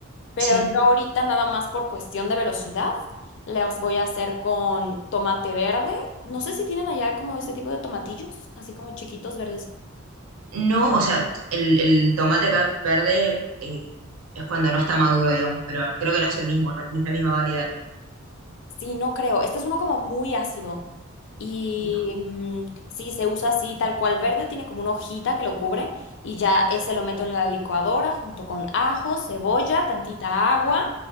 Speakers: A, on the left; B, on the right.
A: pero
B: sí.
A: yo ahorita nada más por cuestión de velocidad las voy a hacer con tomate verde. No sé si tienen allá como ese tipo de tomatillos, así como chiquitos verdes.
B: No, o sea, el, el tomate acá verde eh, es cuando no está maduro, digamos, pero creo que no es el mismo, no, no es la misma variedad de tomate.
A: Sí, no creo. Este es uno como muy ácido. Y
B: No,
A: mm, sí, se usa así, tal cual verde, tiene como una hojita que lo cubre y ya ese
B: sí,
A: lo meto en la licuadora junto con ajo, cebolla, tantita agua.